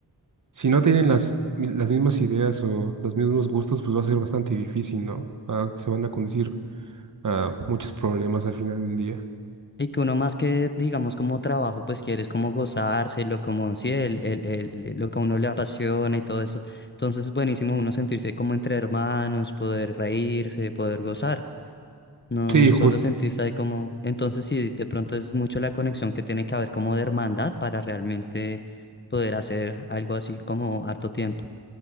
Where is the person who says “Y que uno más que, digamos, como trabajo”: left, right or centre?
Left